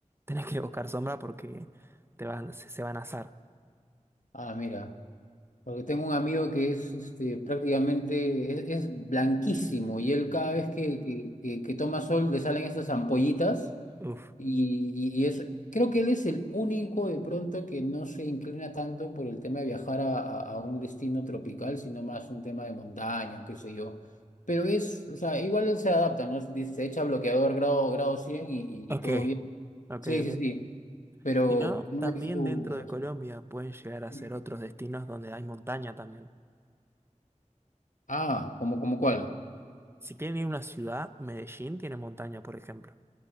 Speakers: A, on the right (about 20°); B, on the left (about 75°).
A: Tenés que buscar sombra porque te van, se, se van a asar.
B: Ah, mira, porque tengo un amigo que es este, prácticamente, es, es blanquísimo y él cada vez que, que, que- que toma sol le salen estas ampollitas
A: Uf.
B: Y, y- y es, creo que él es el único de pronto que no se inclina tanto por el tema de viajar a, a- a un destino tropical, sino más un tema de montaña, qué sé yo. Pero es, o sea, igual él se adapta, ¿no? Dice, Se echa bloqueador grado, grado 100 y, y-
A: Ok,
B: y todo bien.
A: ok,
B: Sí,
A: ok.
B: sí, sí, pero
A: Si no,
B: no
A: también
B: es su...
A: dentro de Colombia pueden llegar a
B: no.
A: ser otros destinos donde hay montaña también.
B: Ah, ¿como, como cuál?
A: Si quieren ir a una ciudad, Medellín tiene montaña, por ejemplo.